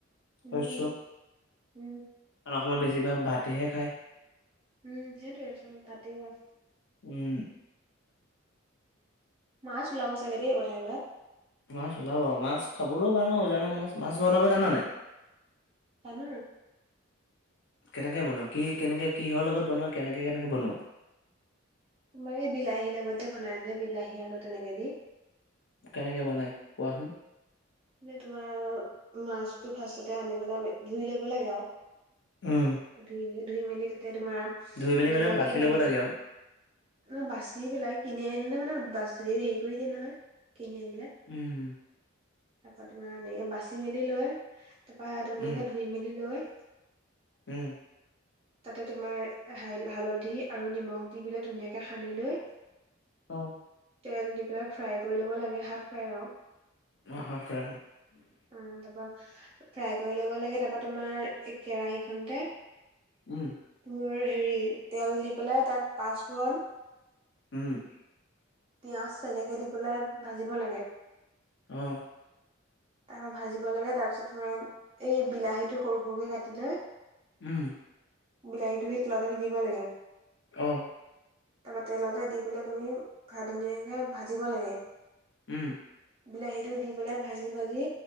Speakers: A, on the right (about 30°); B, on the left (about 60°).
A: উম
B: শস্য। কাৰণ
A: উম
B: অস্ অসমৰ বেছিভাগ ভাতেহে খায়।
A: উম, সেইটোৱে চব ভাতেই আৰু।
B: উম।
A: মাছ ওলাব চাগে দেই পথাই গিদৰাত।
B: মাছ ওলাব মাছ খাবলৈও ভাল নহয় উজানৰ মাছ। মাছ বনাব জানা নাই?
A: জাঁনো।
B: কেনেকে বনোৱা কি কেনেকে কিহৰ লগত বনোৱা কেনেকে কেনেকে বনোৱা?
A: তোমাৰ এই বিলাহীৰ লগত যে বনাই যে বিলাহী আলু তেনেকে দি।
B: কেনেকে বনাই কোৱাচোন?
A: মে তোমাৰ মাছতটো ফাৰ্ষটতে আনি পেলাই ধুই ল'ব লাগে আৰু।
B: উম,
A: ধুই ধুই মেলি তাতে তোমাৰ
B: ধুই মেলি মানে
A: নিমখে
B: বাচি ল'ব
A: হালধি
B: লাগে আৰু
A: নহয় বাচি পেলাই কিনি আনিলে মানে বা হেৰি কৰি দিয়ে নহয় কিনি আনিলে।
B: উম।
A: তাৰ পৰা তোমাৰ এনেকে বাচি মেলি লৈ তাৰ পৰা ধুনীয়াকে
B: উম,
A: ধুই মেলি লৈ।
B: উম।
A: তাতে তোমাৰ হালধি আৰু নিমখ দি পেলাই ধুনীয়াকে সানি লৈ।
B: অ'।
A: তেল দি পেলাই ফ্ৰাই কৰি ল'ব লাগে হাফ ফ্ৰাই আৰু।
B: অ', হাফ ফ্ৰাই।
A: অ' তাৰপা ফ্ৰাই কৰি ল'ব লাগে তাৰপা তোমাৰ এই কেৰাহি খনতে।
B: উম।
A: মোৰ হেৰি তেল দি পেলাই তাত পাঁচফোৰণ
B: উম।
A: পিঁয়াজ এনেকে দি পেলাই ভাজিব লাগে।
B: অ'।
A: তাৰ পৰা ভাজিব লাগে তাৰপিছত তোমাৰ এই বিলাহীটো সৰু সৰুকে কাটি লৈ
B: উম।
A: বিলাহীটো সেই তেলতে দি দিব লাগে।
B: অ'।
A: তাৰপা তেলতে দি পেলাই তুমি ভাপ উলিয়াই ধুনীয়াকে ভাজিব লাগে।
B: উম।
A: বিলাহী টো দি পেলাই ভাজি ভাজি